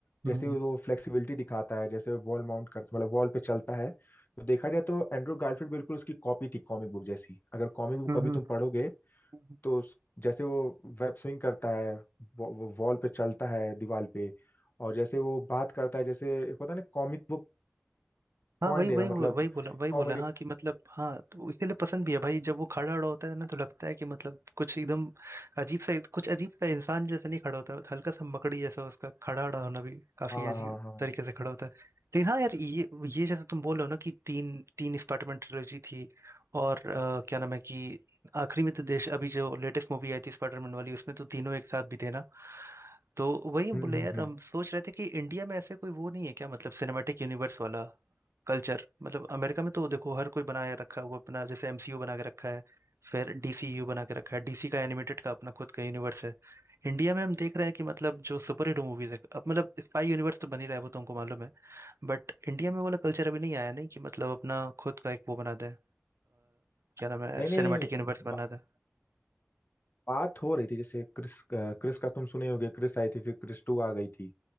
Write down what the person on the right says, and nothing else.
हम्म
हम्म
हम्म
हम्म,
हम्म।
हम्म,
हम्म।
हाँ
वही
वही
वो- वही बोला वही
बोला हाँ कि मतलब हाँ तो इसीलिए पसंद भी है भाई जब वो खड़ा खड़ा होता है ना तो लगता है कि मतलब कुछ एकदम अजीब सा कुछ अजीब सा इंसान जैसा नहीं खड़ा होता है हल्का सा मकड़ी जैसा उसका खड़ा खड़ा होना भी काफी
अजीब
तरीके से खड़ा होता है लेकिन हाँ यार ये ये जैसा तुम बोल रहे हो ना कि तीन तीन स्पाइडरमैन ट्रिलॉजी थी और अ, क्या नाम है कि आखिरी में तो देश अभी जो लेटेस्ट मूवी आई थी स्पाइडरमैन वाली उसमें तो तीनों एक साथ भी थे ना तो वही हम
बोले
यार
हम सोच रहे थे कि इंडिया में ऐसे कोई वो नहीं है क्या मतलब सिनेमैटिक यूनिवर्स वाला कल्चर मतलब अमेरिका में तो देखो हर कोई बनाया रखा है वो अपना जैसे एमसीयू बना के रखा है फिर डीसीयू बना के रखा है डीसी का एनिमेटेड का अपना खुद का यूनिवर्स है इंडिया में हम देख रहे हैं कि मतलब जो सुपर हीरो मूवीज है अब मतलब स्पाई यूनिवर्स तो बन ही रहा है वो तुमको मालूम है बट इंडिया में वो वाला कल्चर अभी नहीं आया नहीं कि मतलब अपना खुद का एक वो बना दें अ, क्या नाम है
सिनेमेटिक यूनिवर्स बना
दें